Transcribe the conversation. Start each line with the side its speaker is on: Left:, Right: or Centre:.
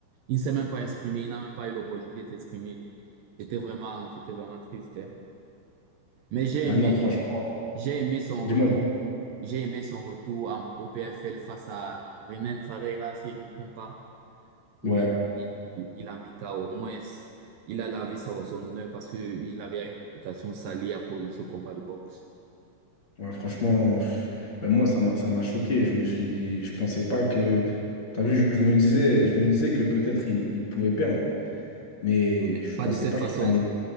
Right: il ne s'est même pas exprimé. Il n'a même pas eu l'opportunité de s'exprimer. C'était vraiment, c'était vraiment triste. hein. Mais j'ai
Left: Ouais,
Right: aimé
Left: non, franchement,
Right: J'ai aimé son
Left: dis-moi,
Right: retour.
Left: dis-moi.
Right: J'ai aimé son retour en- au PFL face à Renan Ferreira, si je ne me trompe pas, où
Left: Ouais,
Right: il a, il, il a mis KO. Au moins, il a lavé son, son honneur parce qu'il avait une réputation salie à cause de ce combat de boxe.
Left: ouais, franchement, pff, ben moi, ça m'a ça m'a choqué. Je me suis, je pensais pas que. T'as vu, je, je me disais, je me disais que peut-être il, il pouvait perdre, mais
Right: Mais
Left: je
Right: pas
Left: pensais
Right: de cette
Left: pas
Right: façon.
Left: qu'il allait.